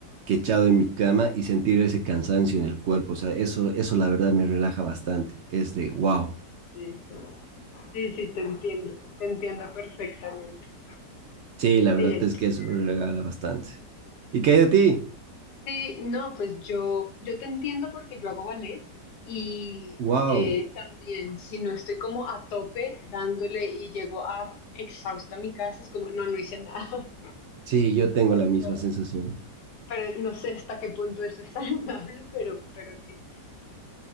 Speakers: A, on the right; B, on the left.
A: quechado en mi cama y sentir ese cansancio en el cuerpo. O sea, eso, eso la verdad me relaja bastante. Es de wow.
B: Sí, sí, sí, te entiendo, te entiendo perfectamente.
A: Sí, la verdad
B: Sí, eso
A: es
B: es
A: que eso
B: chévere.
A: me regala bastante. ¿Y qué hay de ti?
B: Sí, no, pues yo, yo te entiendo porque yo hago ballet y
A: Wow.
B: eh, también si no estoy como a tope dándole y llego a exhausta a mi casa, es como, no, no hice nada.
A: Sí, yo tengo
B: <laughs> Entonces,
A: la misma sensación.
B: pero no sé hasta qué punto eso es <laughs> saludable, pero, pero sí.